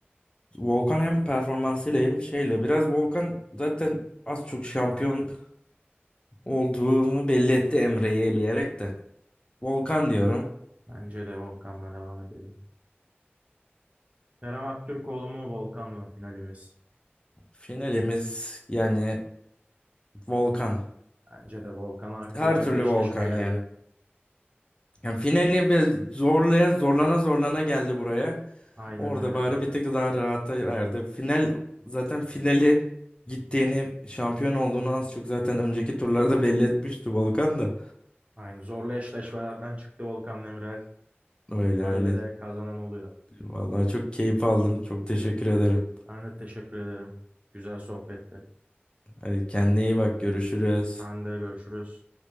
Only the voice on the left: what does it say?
Volkan hem performansıyla hem şeyle biraz Volkan zaten az çok şampiyon olduğunu belli etti Emre'yi eleyerek de. Volkan diyorum.
Finalimiz yani Volkan.
Her türlü
Volkan
yani. Yani finali bir zorlaya zorlana zorlana geldi buraya.
Orada
bari bir tık daha rahata erdi. Final zaten finali gittiğini, şampiyon olduğunu az çok zaten önceki turlarda belli etmişti Volkan da.
Öyle
öyle.
Vallahi çok keyif aldım. Çok teşekkür ederim.
Hadi kendine iyi bak. Görüşürüz.